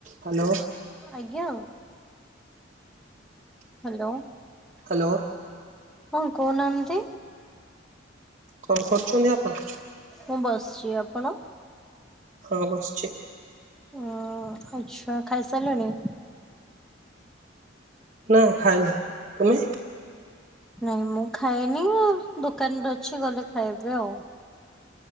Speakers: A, on the right; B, in the centre.
A: ହ୍ୟାଲୋ।
B: ଆଜ୍ଞା। ହ୍ୟାଲୋ।
A: ହ୍ୟାଲୋ।
B: ହଁ କହୁନାହାନ୍ତି?
A: କଣ କରୁଛନ୍ତି ଆପଣ?
B: ମୁଁ ବସିଛି, ଆପଣ?
A: ମୁଁ ବସିଚି।
B: ଉଁ-ଉଁ-ଉଁ ଆଛା ଖାଇସାରିଲେଣିି?
A: ନା ଖାଇନି, ତମେ?
B: ନାଇଁ ମୁଁ ଖାଇନି ଆଉ, ଦୋକାନରେ ଅଛି ଗଲେ ଖାଇବି ଆଉ।